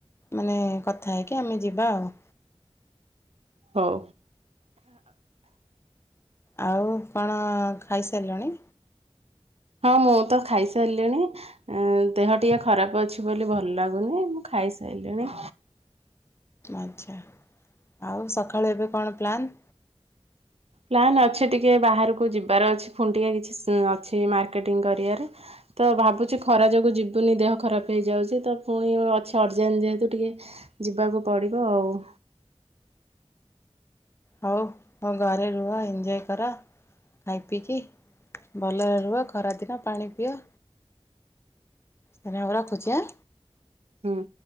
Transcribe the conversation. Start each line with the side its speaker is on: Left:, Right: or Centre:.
Left: ମାନେ କଥା ହେଇକି ଆମେ ଯିବା ଆଉ
Right: ହଉ
Left: ଆଉ କଣ ଖାଇ ସାରିଲଣି?
Right: ଆଉ ମୁଁ ତ ଖାଇସାରିଲିଣି। ଦେହ ଟିକେ ଖରାପ ଅଛି ବୋଲି ଭଲ ଲାଗୁନି ମୁଁ ଖାଇସାରିଲିଣି।
Left: ଆଛା ଆଉ ସକାଳୁ ଏବେ କଣ ପ୍ଲାନ୍?
Right: ପ୍ଲନ୍ ଅଛି ଟିକେ ବାହାରକୁ ଯିବାର ଅଛି ଫୁଣି ଟିକେ କିଛି ସ୍ ଅଛି ମାର୍କେଟିଂ କରିବାର। ତ ଭାବୁଛି ଖରା ଯୋଗୁଁ ଯିବୁନି ଦେହ ଖରାପ ହେଇଯାଉଛି ତ ପୁଣି ଅଛି ଅର୍ଜେଣ୍ଟ ଯେହେତୁ ଟିକେ। ଯିବାକୁ ପଡିବ ଆଉ
Left: ହଉ ହଉ ଘରେ ରୁହ ଏନ୍ଜୟ କର। ଖାଇ ପିଇକି ଭଲରେ ରୁହ ଖରାଦିନ ପାଣି ପିଅ ତ ଆଉ ରଖୁଛି ଆଁ
Right: ହୁଁ